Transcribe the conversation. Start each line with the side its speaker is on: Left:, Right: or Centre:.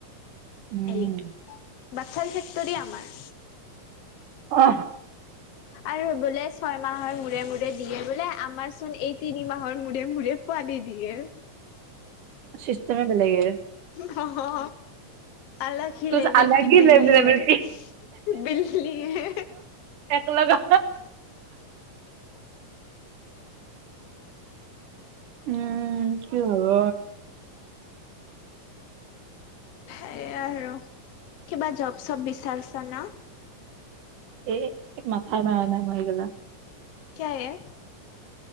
Right: উম
Left: এই বাচ্ছাৰ ফেক্টৰি আমাৰ।
Right: অ
Left: আৰু বোলে ছয় মাহৰ মূৰে-মূৰে দিয়ে বোলে। আমাৰ চোন এই তিনি মাহৰ মূৰে-মূৰে পোৱালী দিয়ে।
Right: চিষ্টেমে বেলেগে এ
Left: হ-হ অলগ হি
Right: কুছ
Left: লেবেল
Right: আলাগ
Left: কি
Right: হি
Left: বিল্লী
Right: লেভেল
Left: হে,
Right: কি
Left: বিল্লী হে৷
Right: একলগে উম কি হব৷
Left: সেইয়া আৰু। কিবা জব চব বিচাৰছা ন?
Right: এ এক মাথাই মৰা নাই মই এইগেলা।
Left: কিয় এ?